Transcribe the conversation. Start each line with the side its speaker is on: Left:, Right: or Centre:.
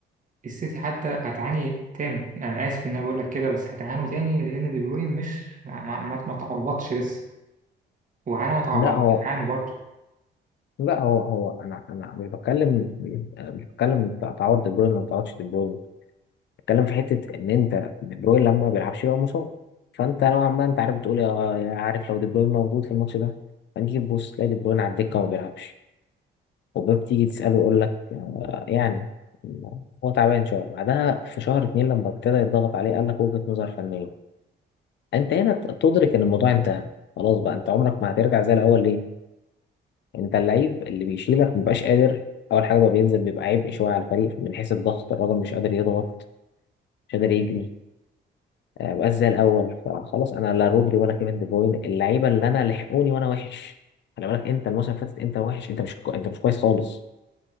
Right: السيتي حتى هتعاني تاني انا اسف ان انا بقول لك كده بس هتعانوا تاني لان دي بروين مش ما, ما, ما تعوضش لسه وحاجة ما تعوضش
Left: لا هو
Right: عنه برضه
Left: لا هو هو انا انا مش بتكلم انا مش بتكلم تعوض دي بروين ولا ما تعوضش دي بروين بتكلم في حته ان انت دي بروين لما ما بيلعبش يبقى مصاب فانت نوعا ما انت عارف بتقول يا يا عارف لو دي بروين موجود في الماتش ده فنيجي تبص تلاقي دي بروين على الدكه وما بيلعبش وباب تيجي تساله يقول لك آه، يعني هو تعبان شويه بعدها في شهر اتنين لما ابتدى يضغط عليه قال لك وجهه نظر فنيه انت هنا بتدرك ان الموضوع انتهى خلاص بقى انت عمرك ما هترجع زي الاول ليه انت اللعيب اللي بيشيلك مبيبقاش قادر اول حاجه بقى بينزل بيبقى عبء شويه على الفريق من حيث الضغط الراجل مش قادر يضغط مش قادر يجري آه، مبقاش زي الاول فخلاص انا لا رودري ولا كيفن دي بروين اللعيبه اللي انا لحقوني وانا وحش خلي بالك انت الموسم اللي فاتت انت وحش انت مش كو... انت مش كويس خالص